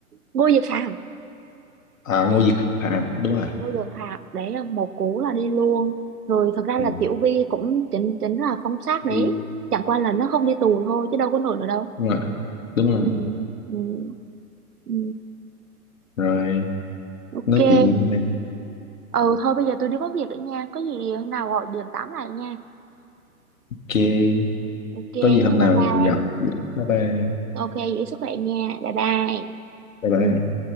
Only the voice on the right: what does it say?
Ngô Dược Phạm
Ngô Dần Hạc đấy là một cú là đi luôn rồi thật ra
là Tiểu Vy cũng chính chính là phóng sát đấy
chẳng qua là nó không đi tù thôi chứ đâu có nổi nữa đâu
ừ, ừ, ừ.
ok
ừ thôi bây giờ tôi đi có việc nữa nha có gì hôm nào gọi điện tám lại nha
ok
thôi
bye bye
ok giữ sức khỏe nha bye bye
ừ.